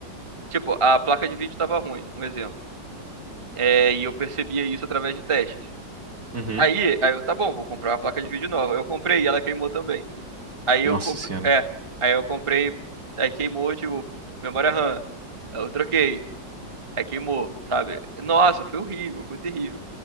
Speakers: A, on the right; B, on the right.
A: tipo, a placa de vídeo estava ruim, um exemplo. É, e eu percebia isso através de testes.
B: Uhum.
A: Aí, aí eu, tá bom, vou comprar uma placa de vídeo nova. Eu comprei e ela queimou também. Aí eu
B: Nossa
A: comprei,
B: senhora.
A: é, aí eu comprei, aí queimou, tipo, memória RAM. Aí Eu troquei, aí queimou, sabe? Nossa, foi horrível, foi terrível.